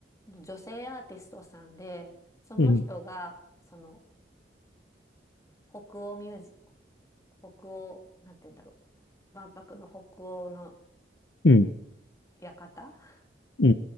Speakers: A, on the left; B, on the left.
A: 女性アーティストさんで、その人が、
B: うん。
A: その、北欧ミュージ、北欧、なんて言うんだろう。万博の北欧の
B: う
A: 館
B: ん。う